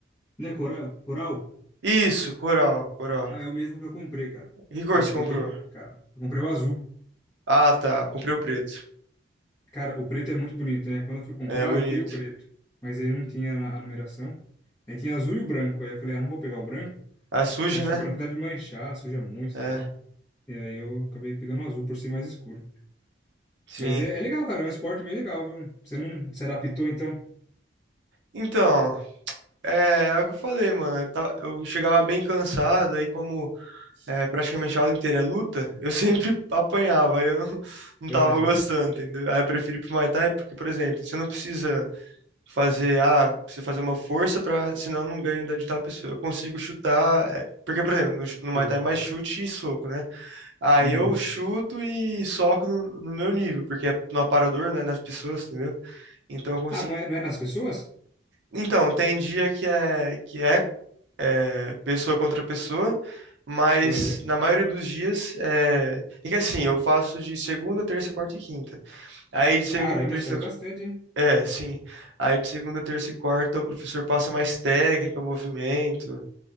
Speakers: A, on the left; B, on the right.
A: Né, Coral? Coral?
B: Isso, coral, coral.
A: Ah, é o mesmo que eu comprei, cara.
B: Que cor
A: Cara,
B: você
A: eu paguei
B: comprou?
A: bem caro. Eu comprei o azul.
B: Ah, tá. Comprei o preto.
A: Cara, o preto é muito bonito, né? Quando eu fui comprar,
B: É bonito.
A: eu queria o preto, mas aí não tinha na- a numeração. Aí tinha azul e o branco. Aí eu falei, ah, não vou pegar o branco,
B: Ah, é sujo,
A: porque acho
B: né?
A: que o branco deve manchar, suja muito e
B: É,
A: tal. E aí eu acabei pegando o azul por ser mais escuro.
B: sim.
A: Mas é, é legal, cara, é um esporte bem legal, viu? Você não se adaptou, então?
B: Então, é, é o que eu falei, mano. Eu ta- eu chegava bem cansado, aí como é, praticamente a aula inteira é luta, eu sempre <laughs> apanhava, aí eu não, não
A: Aham.
B: tava gostando, entendeu? Aí eu prefiro ir pro Muay Thai porque, por exemplo, você não precisa. fazer, ah, preciso fazer uma força para, senão eu não ganho da de tal pessoa. Eu consigo chutar, é, porque, por exemplo, no, ch- no Muay
A: Sei.
B: Thai é mais chute e soco, né? Aí
A: Uhum.
B: eu chuto e soco no, no meu nível, porque é no aparador, né, nas pessoas, entendeu? Então eu consigo.
A: Ah, não é, não é nas pessoas?
B: Então, tem dia que é que é, é, pessoa contra pessoa, mas
A: Aham.
B: na maioria dos dias é, é que assim, eu faço de segunda, terça, quarta e quinta. Aí de segunda,
A: Caramba,
B: terça,
A: mas faz bastante, hein?
B: é, sim. Aí de segunda, terça e quarta o professor passa mais técnica, movimento.